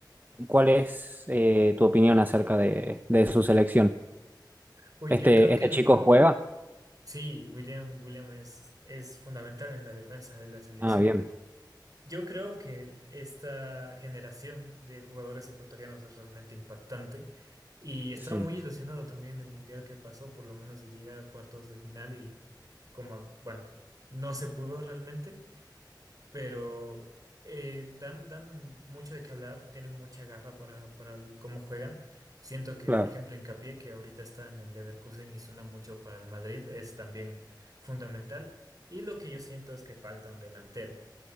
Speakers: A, on the right; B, on the right.
A: ¿cuál es eh, tu opinión acerca de, de su selección?
B: Uy,
A: ¿Este,
B: yo creo que
A: este
B: la-
A: chico juega?
B: sí, William, William es, es fundamental en la defensa de la selección.
A: Ah, bien,
B: Yo creo que esta generación de jugadores ecuatorianos es realmente impactante y estaba
A: sí,
B: muy ilusionado también del mundial que pasó, por lo menos de llegar a cuartos de final y como, bueno, no se pudo realmente, pero eh, dan, dan mucho de qué hablar, tienen mucha garra para, para el- cómo juegan. Siento que,
A: claro,
B: por ejemplo, Hincapié, que ahorita está en el Leverkusen y suena mucho para el Madrid, es también fundamental. Y lo que yo siento es que falta un delantero.